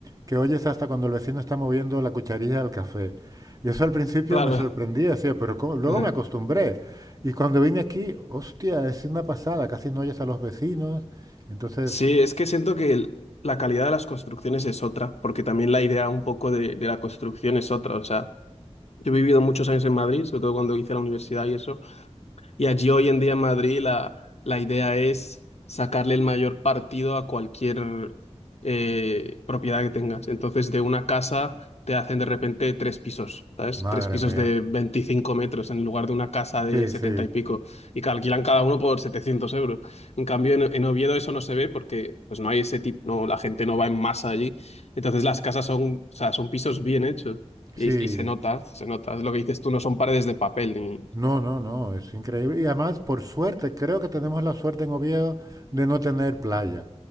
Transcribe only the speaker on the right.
que oyes hasta cuando el vecino está moviendo la cucharilla del café. Y eso al principio
me sorprendía, decía, pero ¿cómo? luego
me acostumbré. Y cuando vine aquí, hostia, es una pasada, casi no oyes a los vecinos. Entonces,
madre
mía,
sí,
sí,
sí.
No, no, no, es increíble. Y además, por suerte, creo que tenemos la suerte en Oviedo de no tener playa,